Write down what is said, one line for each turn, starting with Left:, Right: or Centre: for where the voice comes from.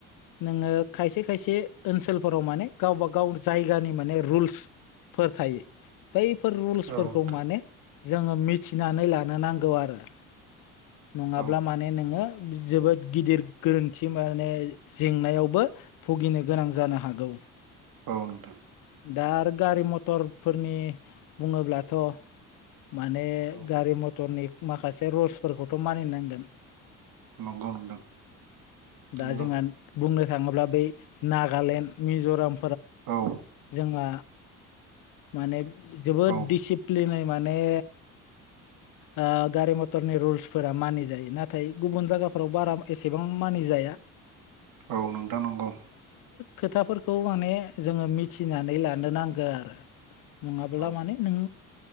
Left: नोङो खायसे खायसे ओनसोलफोराव माने गावबा गाव जायगानि माने रुल्स फोर थायो। बैफोर रुल्सफोरखौ
Right: औ नोंथां
Left: माने जोङो मिथिनानै लानो नांगौ आरो। नङाब्ला
Right: औ
Left: माने नोङो जोबोद गिदिर गोरोन्थि माने जेंनायावबो भुगिनो गोनां जानो हागौ।
Right: औ नोंथां
Left: दा आरो गारि मथरफोरनि बुङोब्लाथ' माने
Right: औ
Left: गारि मथरनि माखासे रुल्सफोरखौथ' मानिनांगोन।
Right: नंगौ नोंथां
Left: दा
Right: नंगौ
Left: जोंहा बुंनो थाङोब्ला बै नागालेण्ड, मिज'राम,
Right: औ
Left: जोंहा माने जोबोद
Right: औ
Left: दिसिप्लिनै माने ओ गारि मथरनि रुल्सफोरा मानि जायो नाथाय गुबुन जागाफोराव बारा एसेबां मानि जा जाया
Right: औ नोंथां नंगौ।
Left: खोथाफोरखौ माने जोङो मिथिनानै लानो नांगौ आरो। नङाब्ला
Right: औ
Left: माने नों